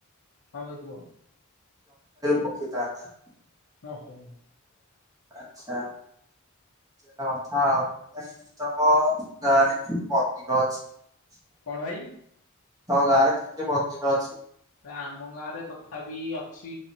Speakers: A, on the left; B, on the right.
A: ହଁ ଭାଇ କୁହ
B: ପକ୍ଷି ତା ନା।
A: ହଁ ହୋ ।
B: ଆଛା । କଥା ତ ଘରେ <unintelligible>
A: କଣ ଭାଇ?
B: ତମ ଗାଁ ରେ କି କି ମନ୍ଦିର ଅଛି?
A: ଆମ ଗାଁ ରେ ତଥାପି ଅଛି,